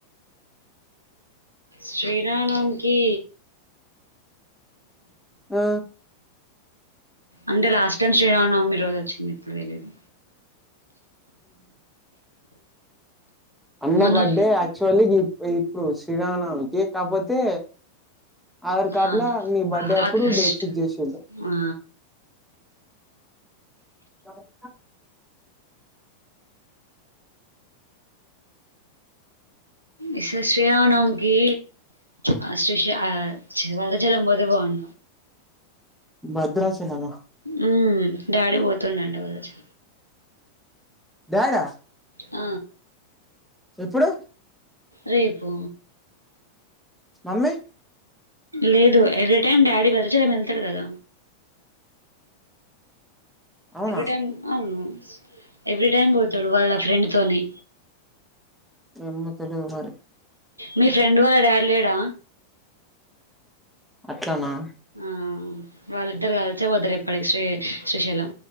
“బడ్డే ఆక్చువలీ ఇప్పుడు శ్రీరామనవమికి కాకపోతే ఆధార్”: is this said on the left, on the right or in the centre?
Centre